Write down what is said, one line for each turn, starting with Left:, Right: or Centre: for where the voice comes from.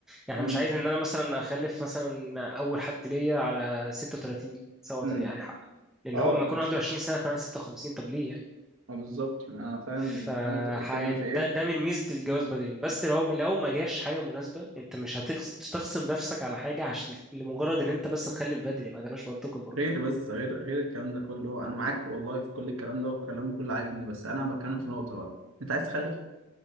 Centre: يعني
Right: امم
Centre: مش عايز ان انا مثلا اخلف مثلا اول حد ليا على 36 سوا
Right: امم
Centre: يعني حق لان
Right: اه
Centre: هو لما يكون
Right: ماشي
Centre: عنده 20 سنه يكون عنده 56 طب ليه يعني
Right: اه بالظبط انا فاهم
Centre: ف
Right: فاهم انت بتتكلم
Centre: يعني
Right: في ايه
Centre: ده ده من ميزه الجواز بدري بس لو لو ما جاش حاجه مناسبه انت مش هتغص- هتغصب نفسك على حاجه عشان لمجرد ان انت بس تخلف بدري ما ده مش منطقي برضه
Right: غير بس غير غير الكلام ده كله انا معاك والله في كل الكلام ده والكلام كله عاجبني بس انا بتكلم في نقطه بقى انت عايز تخلف